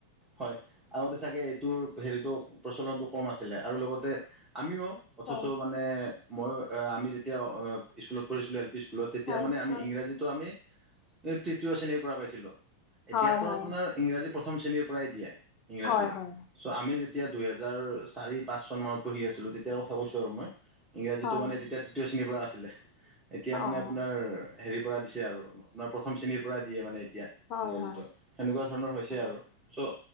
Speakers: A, on the right; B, on the left.
A: হয় আগতে চাগে এইটোৰ হেৰিটো প্ৰচলনটো কম আছিলে আৰু লগতে আমিও অথচ
B: হয়,
A: মানে মইয়ো আমি যেতিয়া স্কুলত পঢ়িছিলো এল পি স্কুলত তেতিয়া
B: হয়,
A: মানে আমি
B: হয়,
A: ইংৰাজীটো আমি তৃতীয় শ্ৰেণীৰ পৰা পাইছিলোঁ এতিয়াতো
B: হয়, হয়,
A: আপোনাৰ ইংৰাজী প্ৰথম শ্ৰেণীৰ পৰাই দিয়ে ইংৰাজী
B: হয়, হয়,
A: চ' আমি যেতিয়া দুইহেজাৰ চাৰি পাঁচ চন মানত পঢ়ি আছিলো তেতিয়াৰ কথা কৈছো আৰু মই ইংৰাজীটো
B: হয়,
A: মানে তেতিয়া তৃতীয় শ্ৰেণীৰ পৰা আছিলে এতিয়া মানে
B: অ',
A: আপোনাৰ হেৰিৰ পৰা দিছে আৰু আপোনাৰ প্ৰথম শ্ৰেণীৰ পৰা দিয়ে মানে এতিয়া
B: হয়,
A: ইংৰাজীটো
B: হয়,
A: সেনেকুৱা ধৰণৰ হৈছে
B: হয়,
A: আৰু চ'